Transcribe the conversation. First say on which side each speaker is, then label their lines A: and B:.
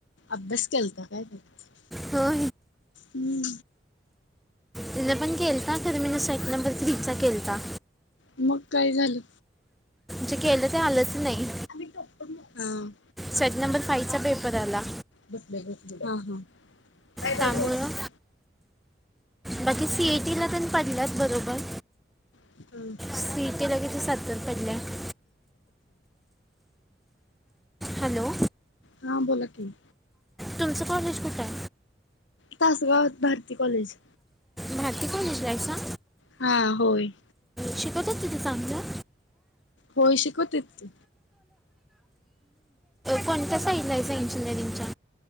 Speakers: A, on the left (about 75°); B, in the centre.
A: अभ्यास केलता काय <unintelligible>
B: हो
A: हम्म
B: मिन पण केलता खर मीन सेट नंबर थ्री चा केलता
A: मग काय झालं?
B: जे केलं ते आलंच नाही
A: आ बसले
B: सेट नंबर फाईव्हचा पेपर आला
A: बसले ह हा काय <unintelligible>
B: त्यामुळं बाकी सी इ टी ला तर पडल्यात बरोबर.
A: हा
B: सी इ टी ला कीती सत्तर पडल्यात. हॅलो
A: हा बोला की
B: तुमच कॉलेज कुठय?
A: तासगावात भारती कॉलेज.
B: भारती कॉलेजला हायसा?
A: हां होय
B: शिकवतात तिथ चांगल?
A: होय शिकवतेत.
B: कोणत्या साइडला हाइसा इंजिनिअरिंगच्या?